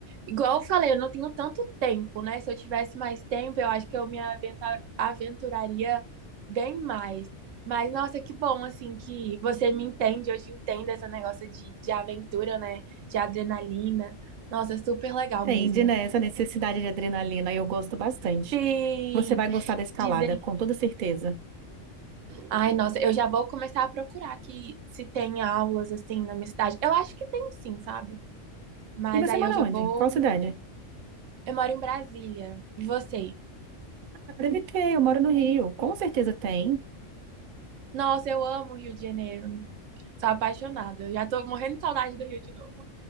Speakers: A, on the right; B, on the right.
A: Igual eu falei, eu não tenho tanto tempo, né? Se eu tivesse mais tempo, eu acho que eu me aventa- aventuraria bem mais. Mas, nossa, que bom, assim, que você me entende, eu te entendo esse negócio de, de aventura, né? De adrenalina. Nossa, super legal
B: entende
A: mesmo.
B: né, essa necessidade de adrenalina, eu gosto bastante.
A: Sim,
B: Você vai gostar da escalada,
A: dizem.
B: com toda certeza.
A: Ai, nossa, eu já vou começar a procurar aqui se tem aulas, assim, na minha cidade. Eu acho que tem sim, sabe? Mas
B: E você
A: aí
B: mora
A: eu já
B: onde?
A: vou.
B: Qual cidade?
A: Eu moro em Brasília. E você?
B: Deve ter, eu moro no Rio. Com certeza tem.
A: Nossa, eu amo o Rio de Janeiro. Sou apaixonada. Eu já tô morrendo de saudade do Rio de novo.